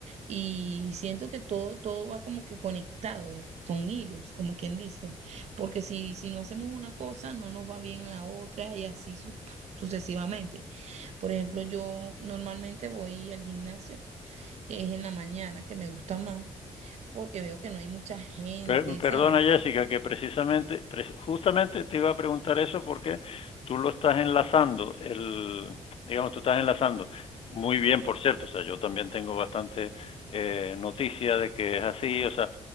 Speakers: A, on the right; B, on the left.
A: y siento que todo, todo va como que conectado con hilos, como quien dice, porque si, si no hacemos una cosa, no nos va bien la otra y así su- sucesivamente. Por ejemplo, yo normalmente voy al gimnasio, es en la mañana que me gusta más porque veo que no hay mucha gente,
B: Per- Perdona
A: ¿sabes?
B: Jessica, que precisamente, pre- justamente te iba a preguntar eso porque tú lo estás enlazando, el, digamos, tú estás enlazando, muy bien por cierto, o sea, yo también tengo bastante eh, noticia de que es así, o sea,